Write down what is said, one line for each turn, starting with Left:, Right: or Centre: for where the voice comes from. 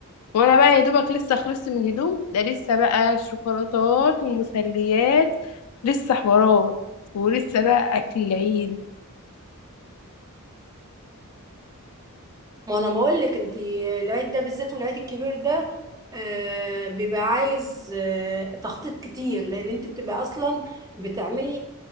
Left: وانا بقى يا دوبك لسه خلصت من الهدوم ده لسه بقى الشوكولاتات والمسليات لسه حوارات ولسه بقى اكل العيد
Right: ما انا بقول لك انت العيد ده بالذات والعيد الكبير ده آه، بيبقى عايز آه، تخطيط كتير لان انت بتبقى اصلا بتعملي